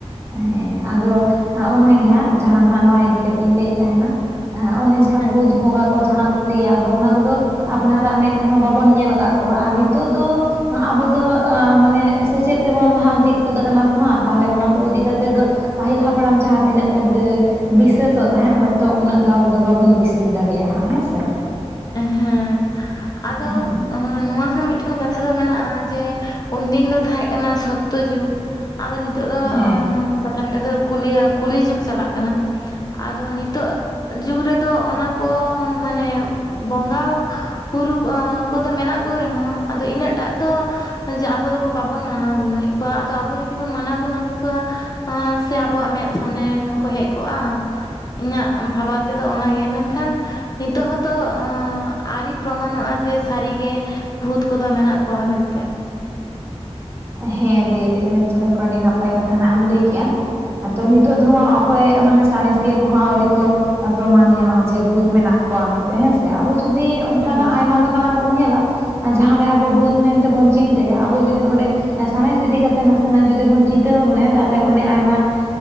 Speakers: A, on the right; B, on the left.
A: ᱦᱮᱸ ᱟᱫᱚ ᱱᱚᱜᱼᱚᱭ ᱱᱚᱣᱟ ᱜᱮ ᱦᱟᱸᱜ, ᱡᱟᱦᱟᱸ ᱱᱟᱸᱜ ᱱᱚᱣᱟ ᱤᱫᱤ ᱠᱟᱛᱮ ᱤᱧ ᱞᱟᱹᱭᱮᱫ ᱛᱟᱦᱮᱱᱟ᱾ ᱚᱱᱮ ᱡᱟᱦᱟᱸ
B: ᱦᱮᱸ
A: ᱵᱷᱩᱛ ᱵᱚᱸᱜᱟ ᱠᱚ ᱡᱟᱦᱟᱸ ᱠᱚ ᱞᱟᱹᱭᱟ᱾ ᱟᱫᱚ ᱚᱱᱟ ᱠᱚᱫᱚ ᱟᱯᱱᱟᱨᱼᱟᱜ ᱢᱮᱸᱫ ᱛᱮᱦᱚᱸ ᱵᱟᱵᱚᱱ ᱧᱮᱞ ᱠᱟᱜ ᱠᱚᱣᱟ ᱟᱨ ᱱᱤᱛᱚᱜ ᱫᱚ ᱟᱵᱚ ᱫᱚ ᱢᱟᱱᱮ ᱥᱮᱪᱮᱫ ᱛᱮᱵᱚᱱ ᱞᱟᱦᱟᱱᱛᱤ ᱜᱚᱫ ᱠᱟᱱᱟ ᱛᱚ᱾ ᱦᱟᱸᱜ ᱛᱟᱦᱚᱞᱮ ᱚᱱᱟ ᱠᱚ ᱤᱫᱤ ᱠᱟᱛᱮ ᱫᱚ ᱯᱟᱹᱦᱤᱞ ᱦᱟᱯᱲᱟᱢ ᱡᱟᱦᱟᱸ ᱛᱤᱱᱟᱹᱜ ᱠᱚ ᱵᱤᱥᱥᱟᱹᱥᱼᱚᱜ ᱛᱟᱦᱮᱸᱫ ᱦᱳᱭᱛᱚ, ᱩᱱᱟᱹᱜ ᱫᱚ ᱟᱵᱚ ᱫᱚ ᱵᱟᱵᱚᱱ ᱵᱤᱥᱥᱟᱹᱥ ᱫᱟᱲᱮᱭᱟᱜᱼᱟ ᱦᱮᱸᱥᱮ᱾
B: ᱦᱮᱸ ᱟᱫᱚ
A: ᱦᱮᱸ
B: ᱱᱚᱣᱟ ᱦᱚᱸ ᱢᱤᱫᱴᱮᱱ ᱠᱟᱛᱷᱟ ᱫᱚ ᱢᱮᱱᱟᱜᱼᱟ ᱡᱮ ᱩᱱᱫᱤᱱ ᱫᱚ ᱛᱟᱦᱮᱸᱜ ᱠᱟᱱᱟ ᱥᱳᱛᱛᱳ ᱡᱩᱜᱽ ᱟᱫᱚ ᱱᱤᱛᱚᱜ ᱫᱚ
A: ᱦᱮᱸ
B: ᱠᱟᱛᱷᱟ ᱞᱮᱠᱟ ᱛᱮᱫᱚ ᱠᱚ ᱞᱟᱹᱭᱟ ᱠᱩᱞᱤ ᱡᱩᱜᱽ ᱪᱟᱞᱟᱜ ᱠᱟᱱᱟ᱾ ᱟᱫᱚ ᱱᱤᱛᱚᱜ ᱡᱩᱜᱽ ᱨᱮᱫᱚ ᱚᱱᱟ ᱠᱚ ᱢᱟᱱᱮ ᱵᱚᱸᱜᱟ ᱯᱩᱨᱩᱵ ᱠᱚᱫᱚ ᱢᱮᱱᱟᱜ ᱠᱚ ᱨᱮᱦᱚᱸ ᱟᱫᱚ ᱤᱱᱟᱹᱜ ᱴᱟᱜ ᱫᱚ ᱡᱮ <unintelligible> ᱟᱵᱚ ᱫᱚᱵᱚ ᱵᱟᱵᱚᱱ ᱢᱟᱱᱟᱣ ᱜᱩᱱᱟᱹᱣᱮᱫ ᱠᱚᱣᱟ᱾ ᱟᱫᱚ ᱟᱵᱚ ᱡᱩᱫᱤ ᱵᱚᱱ ᱢᱟᱱᱟᱣ ᱜᱩᱱᱟᱹᱣ ᱠᱮ ᱠᱚᱣᱟ, ᱥᱮ ᱟᱵᱚᱣᱟᱜ ᱢᱮᱫ ᱥᱟᱢᱱᱮ ᱨᱮᱦᱚᱸ ᱠᱚ ᱦᱮᱡ ᱠᱚᱜᱼᱟ? ᱤᱧᱟᱹᱜ ᱵᱷᱟᱵᱟᱣ ᱛᱮᱫᱚ ᱚᱱᱟ ᱜᱮ ᱢᱮᱱᱠᱷᱟᱱ ᱱᱤᱛᱚᱜ ᱦᱚᱸ ᱱᱤᱛᱚᱜ ᱟᱹᱣᱨᱤ ᱯᱨᱚᱢᱟᱱᱚᱜᱼᱟ ᱡᱮ ᱥᱟᱹᱨᱤ ᱜᱮ ᱵᱷᱩᱛ ᱠᱚᱫᱚ ᱢᱮᱱᱟᱜ ᱠᱚᱣᱟ ᱢᱮᱱ ᱛᱮ᱾
A: ᱦᱮᱸ ᱫᱤ ᱡᱟᱭᱦᱳᱠ ᱟᱹᱰᱤ ᱱᱟᱯᱟᱭ ᱠᱟᱛᱷᱟ ᱱᱟᱢ ᱞᱟᱹᱭ ᱠᱮᱫᱼᱟ᱾ ᱛᱚ ᱱᱤᱛᱚᱜ ᱫᱚ ᱦᱚᱸ ᱚᱠᱚᱭ ᱢᱟᱱᱮ ᱥᱟᱬᱮᱥᱤᱭᱟᱹ ᱠᱚᱦᱚᱸ ᱟᱹᱣᱨᱤ ᱠᱚ ᱯᱨᱚᱢᱟᱱ ᱧᱟᱢᱟ ᱡᱮ ᱵᱷᱩᱛ ᱢᱮᱱᱟᱜ ᱠᱚᱣᱟ ᱢᱮᱱᱛᱮ ᱦᱮᱸᱥᱮ᱾ ᱟᱵᱚ ᱡᱩᱫᱤ ᱚᱱᱠᱟᱱᱟᱜ
B: ᱦᱮᱸ
A: ᱟᱭᱢᱟ ᱞᱮᱠᱟ ᱱᱟᱜ ᱵᱚᱱ ᱧᱮᱞᱟ᱾ ᱡᱟᱦᱟᱸ ᱨᱮ ᱟᱵᱚ ᱵᱷᱩᱛ ᱢᱮᱱᱛᱮ ᱵᱚᱱ ᱪᱤᱱᱛᱟᱹᱭᱟ, ᱟᱵᱚ ᱡᱩᱫᱤ ᱚᱸᱰᱮ ᱥᱟᱬᱮᱥ ᱤᱫᱤ ᱠᱟᱛᱮᱜ ᱱᱟᱥᱮᱱᱟᱜ ᱡᱩᱫᱤ ᱵᱚᱱ ᱪᱤᱱᱛᱟᱹ ᱵᱷᱟᱵᱽᱱᱟᱭᱼᱟ᱾ ᱛᱟᱦᱚᱞᱮ ᱚᱸᱰᱮ ᱟᱭᱢᱟ